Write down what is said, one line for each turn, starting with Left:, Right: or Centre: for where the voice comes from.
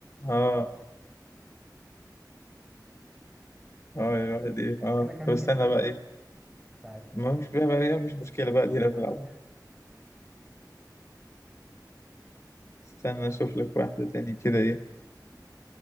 Left: اه اه الواحد ايه
Centre: هو
Left: اه
Centre: كده كام
Left: طب استنى
Centre: كام
Left: بقى ايه
Centre: مش عارف
Left: ما مش بقى هي مش مشكلة بقى دي
Centre: مش
Left: انا بنلعب
Centre: مهم
Left: استنى اشوف لك واحدة تاني كده ايه